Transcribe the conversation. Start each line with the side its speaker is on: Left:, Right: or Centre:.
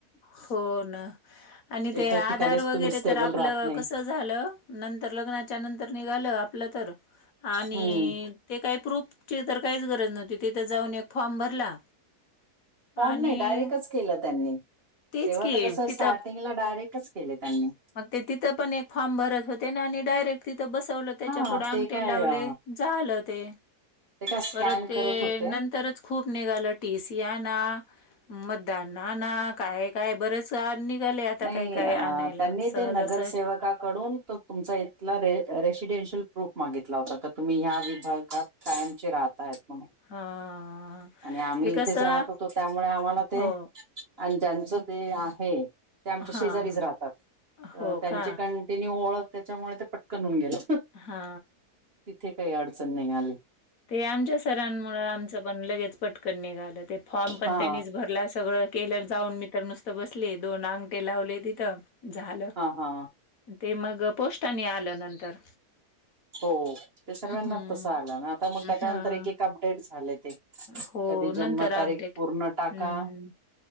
Left: हो ना आणि ते
Right: एका
Left: आधार
Right: ठिकाणीच
Left: वगैरे
Right: तुम्ही स्टेबल
Left: तर आपलं
Right: राहत नाही
Left: कस झालं नंतर लग्नाच्या नंतर निघालं आपलं तर आणि
Right: हम्म
Left: ते काही प्रूफची तर काहीच गरज नव्हती तिथे जाऊन एक फॉर्म भरला
Right: फॉर्म
Left: आणि
Right: नाही डायरेक्टच केलं त्यांनी
Left: तेच
Right: तेव्हा
Left: की
Right: तर कसं
Left: तिथं
Right: स्टार्टिंगला डायरेक्टच केले त्यांनी.
Left: मग ते तिथं पण एक फॉर्म भरत होते ना आणि डायरेक्ट तिथं बसवलं त्याच्या
Right: हा
Left: पुुढे अंगटे
Right: ते काय
Left: लावले
Right: अ,
Left: झालं ते.
Right: ते काय स्कॅन
Left: परत ते
Right: करत होते
Left: नंतरच खूप निघालं टी सीया ना मतदानना ना काय काय बरेच निघाले आता
Right: नाही
Left: काही काय
Right: अ,
Left: आणायला
Right: त्यांनी
Left: सहजासहज
Right: ते नगरसेेवा पुस्तकाकडून त तुमचा इथला र रेसिडेन्शियल प्रूफ मागितला होता तर तुम्ही ह्या विभागात कायमचे राहताय मग मग
Left: हा
Right: आणि आम्ही
Left: ते
Right: इथेच
Left: कसं
Right: राहत होतो त्यामुळे आम्हाला ते,
Left: हो.
Right: आणि ज्यांच ते आहे. ते आमच्या
Left: हां.
Right: शेजारीच राहतात,
Left: हो
Right: त्यांचे
Left: का?
Right: कंटिन्यू ओळख त्याच्यामुळे ते पटकन होऊन गेलं.
Left: हा
Right: तिथे काही अडचण नाही आली.
Left: ते आमच्या सरांमुळे आमचं पण लगेच पटकन निघालं, ते फॉर्म पण
Right: हा
Left: त्यांनीच भरला सगळं केलर जाऊन मी तर नुसत बसले, दोन अंगटे लावले तिथं, झालं.
Right: हा हा
Left: ते मग पोस्टानी आलं नंतर
Right: हो ते सर्वांना
Left: हं.
Right: तसं आलं ना, आता मग त्याच्यानंतर
Left: हां.
Right: एक एक अपडेट झाले ते
Left: हो
Right: कधी जन्मतारीख
Left: नंतर अपडेट.
Right: पूर्ण टाका
Left: हं.